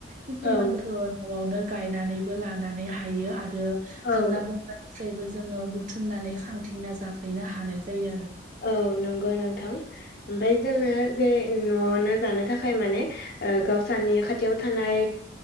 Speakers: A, on the right; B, on the left.
A: किसुमानखौ
B: औ
A: न'आवनो गायनानैबो लानानै हायो आरो हाग्रा
B: औ
A: बंग्रा फ्रायबो जोङो बुथुमनानै खांथिंना जाफैनो हानाय जायो आरो
B: औ नंगौ नोंथां ओमफाय जोङो जेरै न'आवनो जानो थाखाय माने ओ गावसानि खाथियाव थानाय